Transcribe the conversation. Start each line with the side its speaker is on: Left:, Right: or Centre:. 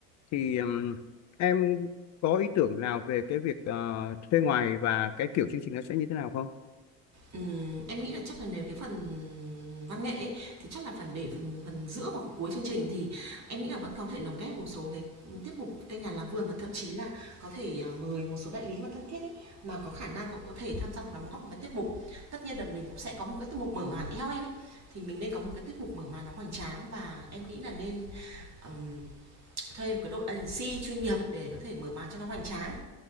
Left: thì ừm, em có ý tưởng nào về cái việc ờ, thuê ngoài và cái kiểu chương trình nó sẽ như thế nào không?
Right: Ừm, em nghĩ là chắc là nếu cái phần văn nghệ ấy, thì chắc là phần để phần phần giữa hoặc cuối chương trình thì em nghĩ là vẫn có thể lồng ghép một số cái tiết mục cây nhà làm vườn và thậm chí là có thể à, mời một số đại lý mà thân thiết ấy, mà có khả năng cũng có thể tham gia một đóng góp vào tiết mục. Tất nhiên là mình cũng sẽ có một cái tiết mục mở màn eo em ấy thì mình nên có một cái tiết mục mở màn nó hoành tráng và em nghĩ là nên ừm, thuê một cái đội agency chuyên nghiệp để có thể mở màn cho nó hoành tráng